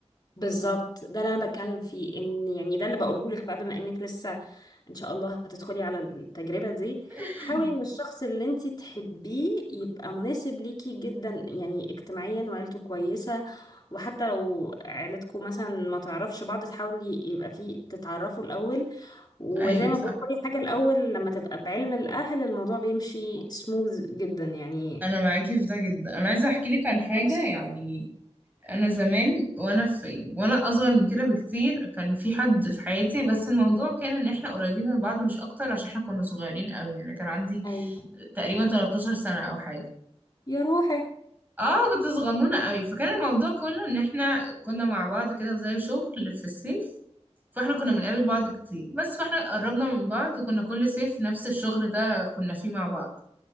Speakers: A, on the left; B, on the right.
A: بالظبط ده اللي انا بتكلم فيه ان يعني ده اللي بقوله لك بقى بما انك لسه ان شاء الله هتدخلي على التجربة دي
B: <laughs>
A: حاولي ان الشخص اللي انت تحبيه يبقى مناسب ليكي جدا يعني اجتماعيا وعيلته كويسة وحتى لو عيلتكم مثلا ما تعرفش بعض تحاولي يبقى فيه تتعرفوا الاول وزي
B: ايوه
A: ما
B: صح
A: بقول كل حاجة الاول لما تبقى بعلم الاهل الموضوع بيمشي سموز جدا يعني
B: انا معاكي في ده جدا انا عايزه احكي لك عن حاجه
A: flexible.
B: يعني انا زمان وانا في وانا اصغر من كده بكتير كان في حد في حياتي بس الموضوع كان ان احنا قريبين من بعض مش اكتر عشان احنا كنا صغيرين قوي يعني كان عندي
A: ايوه
B: تقريبا 13 سنة او حاجة
A: يا روحي
B: اه كنت صغنونة قوي فكان الموضوع كله ان احنا كنا مع بعض كده في زي شغل في الصيف فاحنا كنا بنقابل بعض كتير بس فاحنا قربنا من بعض وكنا كل صيف نفس الشغل ده كنا فيه مع بعض